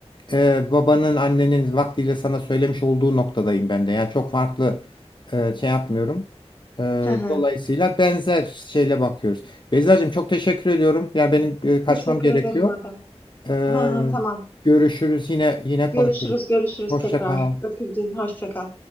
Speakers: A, on the left; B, on the left.
A: e, babanın annenin vaktiyle sana söylemiş olduğu noktadayım ben de. Yani çok farklı e, şey yapmıyorum. E,
B: Hı hı.
A: dolayısıyla benzer şeyle bakıyoruz. Beyzacığım çok teşekkür ediyorum. Yani benim e, kaçmam
B: Teşekkür
A: gerekiyor.
B: ederim Adem.
A: E,
B: Hı hı, tamam.
A: görüşürüz yine yine
B: Görüşürüz,
A: konuşuruz.
B: görüşürüz
A: Hoşça
B: tekrar.
A: kal.
B: Öpüldün, hoşça kal.